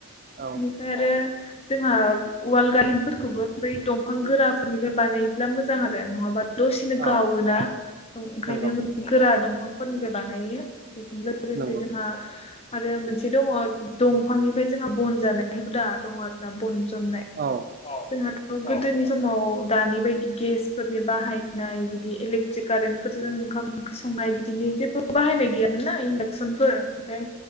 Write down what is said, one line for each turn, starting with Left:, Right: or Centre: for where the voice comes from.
Right: औ
Left: इनिफाय आरो जोंहा उवाल गाहेनफोरखौबो बै दंफां गोराफोरनिफ्राय बानायोब्ला मोजां आरो नङाबा। दसेनो गावोना
Right: औ औ
Left: ओंखायनो
Right: नंगौ
Left: गोरा दंफांफोरनिफ्राय बानायो। बेजों लोगोसे
Right: नंगौ
Left: जोंहा आरो मोनसे दङ दंफांनि ओमफ्राय जोंहा बन जानाय हुदा दङ आरोना बन जननाय
Right: औ
Left: औ जोंहाथ' गोदोनि समाव दानि बायदि गेस फोरनि बाहायनाय बिदि इलेकट्रिक कारेन्टफोरजों ओंखाम ओंख्रि संनाय बिदिनि जेबो बाहायनाय गैया। ना इनडाकसनफोर ओमफाय